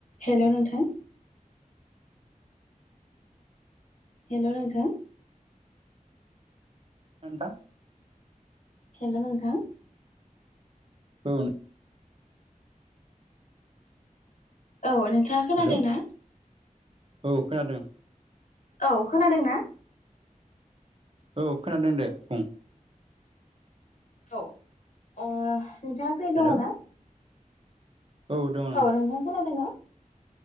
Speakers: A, on the left (about 60°); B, on the right (about 40°).
A: Hello नोंथां। Hello नोंथा।
B: ओ नोंथां।
A: हेलौ नोंथां।
B: औ नो।
A: औ नोंथाङा खोनादोंना?
B: हेल' औ खोनादों।
A: औ खोनादों ना?
B: औ खोनादों दे बुं
A: औ ओ नोंथाङा फ्रि
B: हेल'
A: दङ ना
B: औ दङ
A: औ नोंथां खोनादों ना